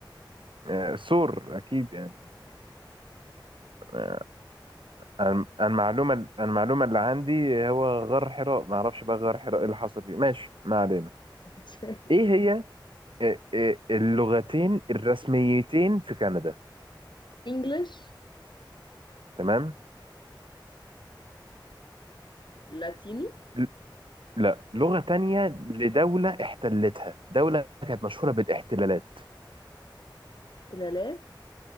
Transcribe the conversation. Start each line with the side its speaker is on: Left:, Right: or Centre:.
Right: آه، سور اكيد يعني آه، الم- المعلومه المعلومه اللي عندي هو غار حراء ما اعرفش بقى غار حراء ايه اللي حصل فيه ماشي ما علينا
Left: <laughs>
Right: ايه هي آه، آه، اللغتين الرسميتين في كندا
Left: انجلش
Right: تمام
Left: ولاتيني
Right: ل- لا لغه تانية لدوله احتلتها دوله كانت مشهوره بالاحتلالات
Left: احتلالات